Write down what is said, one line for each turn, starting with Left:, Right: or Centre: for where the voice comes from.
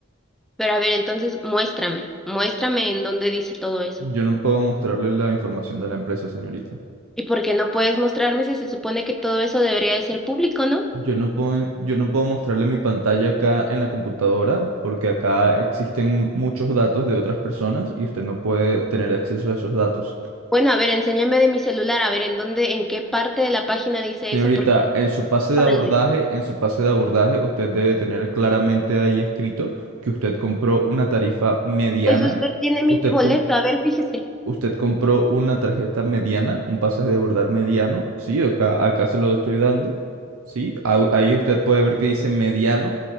Centre: Pero a ver, entonces muéstrame, muéstrame en dónde dice todo eso.
Right: Yo no puedo mostrarle la información de la empresa, señorita.
Centre: ¿Y por qué no puedes mostrarme si se supone que todo eso debería de ser público, no?
Right: Yo no puedo, yo no puedo mostrarle mi pantalla acá en la computadora porque acá existen muchos datos de otras personas y usted no puede tener acceso a esos datos.
Centre: Bueno, a ver, enséñame de mi celular, a ver en dónde, en qué parte de la página dice
Right: Señorita,
Centre: eso, porque
Right: en su pase
Centre: nunca
Right: de abordaje,
Centre: me lo dice.
Right: en su pase de abordaje, usted debe tener claramente ahí escrito que usted compró una tarifa mediana,
Centre: Pues usted tiene mi
Right: usted,
Centre: boleto,
Right: com-
Centre: a ver, fíjese.
Right: usted compró una tarjeta mediana, un pasaje de abordar mediano, sí, acá, acá se lo estoy dando, sí, au- ahí usted puede ver que dice mediano